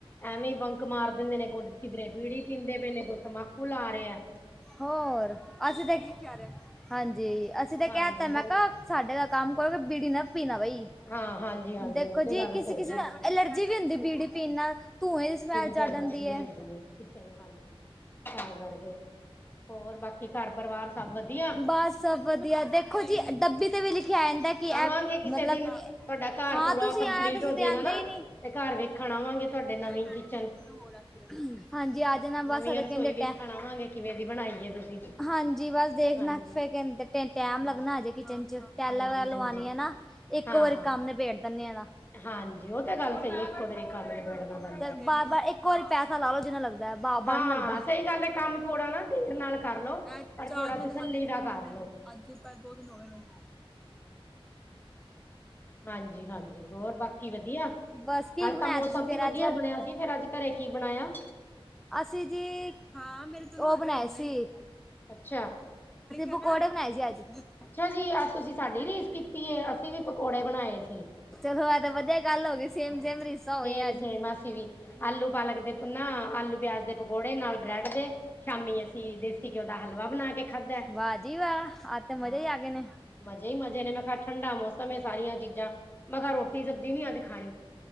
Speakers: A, on the left; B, in the centre.
A: ਐਵੇਂ ਹੀ ਬੰਕ ਮਾਰ ਦਿੰਦੇ ਨੇ ਕੋ ਕਿਧਰੇ ਬੀੜੀ ਪੀਂਦੇ ਪੈਨੇ, ਕੋਈ ਸਮਬਾਕੂ ਲਾ ਰਹੇ ਆ।
B: ਹੋਰ ਅਸੀਂ ਤੇ ਹਾਂਜੀ, ਅਸੀਂ ਤੇ
A: ਹਾਂਜੀ
B: ਕਹਿ ਦਿੱਤਾ ਮੈਂ
A: ਫੇਰ
B: ਕਿਹਾ ਸਾਡੇ ਦਾ ਕੰਮ ਕਰੋਗੇ ਬੀੜੀ ਨਾ ਪੀਣਾ ਬਈ।
A: ਹਾਂ ਹਾਂਜੀ ਹਾਂਜੀ
B: ਦੇਖੋ
A: ਉਹ ਤੇ
B: ਜੀ,
A: ਗੱਲ
B: ਕਿਸੇ-ਕਿਸੇ
A: ਸਹੀ ਹੈ
B: ਨਾ ਐਲਰਜੀ ਵੀ ਹੁੰਦੀ ਪੀੜੀ ਪੀਣ ਨਾਲ ਧੂੰਏ ਦੀ ਸਮੈਲ
A: ਐਨਰਜੀ
B: ਚੜ ਜਾਂਦੀ
A: ਵੀ
B: ਹੈ
A: ਆਉਦੀ ਏ। ਕਿਸੇ ਨੂੰ ਹਾਂਜੀ, ਤਾਂ ਕਰਕੇ ਹੋਰ ਬਾਕੀ ਘਰ ਪਰਿਵਾਰ ਸਭ ਵਧੀਆ।
B: ਬਸ ਸਭ ਵਧੀਆ ਦੇਖੋ ਜੀ ਡੱਬੀ 'ਤੇ ਵੀ ਲਿਖਿਆ ਆਂਦਾ ਕਿ ਇਹ,
A: ਆਵਾਂਗੇ ਕਿਸੇ
B: ਮਤਲਬ
A: ਦਿਨ ਤੁਹਾਡਾ ਘਰ
B: ਹਾਂ।
A: ਪੂਰਾ
B: ਤੁਸੀਂ
A: ਕੰਪਲੀਟ
B: ਆਈਆਂ, ਤੁਸੀਂ
A: ਹੋ
B: ਤੇ,
A: ਜਾਏਗਾ
B: ਆਦੇਂ
A: ਨਾ
B: ਈ ਨੀ। ਤ
A: ਤੇ ਘਰ ਵੇਖਣ ਆਵਾਂਗੇ ਤੁਹਾਡੇ ਨਵੀਂ
B: ਮੇਰਾ ਨਾ
A: ਕਿਚਨ
B: ਨੈਟ ਖਤਮ ਹੋ ਰਿਹਾ ਹਾਂਜੀ, ਅਜ ਨਾ
A: ਨਵੀਂ
B: ਬਸ ਸੈਕਿੰਡ
A: ਰਸੋਈ
B: ਟੇਟ
A: ਵੇਖਣ
B: ਹੈ।
A: ਆਵਾਂਗੇ ਕਿਵੇਂ ਦੀ ਬਣਾਈ ਹੈ ਤੁਸੀਂ
B: ਹਾਂਜੀ, ਬਸ ਦੇਖ
A: ਹਾਂਜੀ
B: ਨਾ ਫੇਰ ਕਹਿੰਦੇ ਟ ਟੈਮ
A: ਹਾਂ
B: ਲੱਗਣਾ ਹਜੇ ਕਿਚਨ ਚ। ਟੈਲਾਂ
A: ਹਾਂਜੀ
B: ਵਗੈਰਾ ਲਵਣੀ
A: ਹਾਂਜੀ
B: ਏ ਨਾ ਇੱਕੋ
A: ਹਾਂ
B: ਵਾਰੀ
A: ਹਾਂ
B: ਕੰਮ ਨਬੇੜ ਦਿਨੇਂ ਆ ਏਦਾ।
A: ਹਾਂਜੀ, ਉਹ ਤਾਂ ਗੱਲ ਸਹੀ ਇੱਕੋ ਵਾਰੀ ਕੰਮ ਨਬੇੜਣਾ ਬ
B: ਤੇ ਬਾਰ ਬਾਰ ਇੱਕ ਵਾਰੀ ਪੈਸਾ ਲਾ ਲਓ ਜਿੰਨਾ ਲੱਗਦਾ ਹੈ ਬਾ ਬਾਹਰ
A: ਹਾਂ,
B: ਨੀ ਲੱਗਦਾ
A: ਸਹੀ ਗੱਲ ਏ ਕੰਮ ਥੋੜਾ ਨਾ ਦੇਰ ਨਾਲ ਕਰਲੋ
B: ਇਹ
A: ਪਰ
B: ਚਾਰ
A: ਥੋੜਾ
B: ਦਿਨਾਂ
A: ਤਸੱਲੀ
B: ਚ ਕਰ ਦਿਆਂਗੇ
A: ਦਾ
B: ਤਿੰਨ
A: ਲੋ
B: ਅੱਜ ਪ ਦੋ ਦਿਨ ਹੋ ਗਏ ਨੇ।
A: ਹਾਂਜੀ-ਹਾਂਜੀ, ਹੋਰ ਬਾਕੀ ਵਧੀਆ।
B: ਬਸ ਕੀ
A: ਅੱਜ
B: ਬਣਾਇਆ
A: ਤਾਂ, ਮੌਸਮ
B: ਤੁਸੀਂ ਫੇਰ
A: ਵੀ ਵਧੀਆ
B: ਅੱਜ
A: ਬਣਿਆ ਸੀ। ਫੇਰ, ਅੱਜ ਘਰੇ ਕੀ ਬਣਾਇਆ?
B: ਅਸੀਂ ਜੀ। ਹ ਉਹ, ਬਣਾਏ ਸੀ। ਅਸੀਂ
A: ਅੱਛਾ
B: ਪਕੌੜੇ, ਬਣਾਏ ਸੀ, ਅੱਜ।
A: ਅੱਛਾ ਜੀ। ਅੱਜ ਤੁਸੀਂ, ਸਾਡੀ ਰੀਸ ਕੀਤੀ ਹੈ। ਅਸੀਂ ਵੀ, ਪਕੌੜੇ ਬਣਾਏ ਸੀ।
B: ਚਲੋ, ਐ ਤਾਂ, ਵਧੀਆ ਗੱਲ ਹੋ ਗਈ। ਸੇਮ
A: ਹਾਂ ਸੇਮ-
B: ਰੀਸਾਂ ਹੋ ਗਈਆਂ ਅੱਜ।
A: ਸੇਮ ਆ ਅਸੀਂ ਵੀ। ਆਲੂ- ਪਾਲਕ ਦੇ ਨਾ, ਆਲੂ- ਪਿਆਜ ਦੇ ਪਕੌੜੇ, ਨਾਲ ਬ੍ਰੈਡ ਦੇ। ਸ਼ਾਮੀ ਅਸੀਂ, ਦੇਸੀ ਘਿਓ, ਦਾ ਹਲਵਾ ਬਣਾ ਕੇ ਖਾਧਾ,
B: ਵਾਹ ਜੀ ਵਾਹ ਆਜ ਤੇ ਮਜ਼ੇ
A: ਹਾਂ।
B: ਹੀ ਆ ਗਏ ਨੇ
A: ਮਜ਼ੇ ਈ ਮਜ਼ੇ ਨੇ, ਮੈਂ ਕਿਹਾ ਠੰਡਾ ਮੌਸਮ ਏ। ਸਾਰੀਆਂ ਚੀਜ਼ਾਂ। ਮੈਂ ਕਿਹਾ ਰੋਟੀ- ਸਬਜ਼ੀ ਨੀ ਅੱਜ ਖਾਣੀ।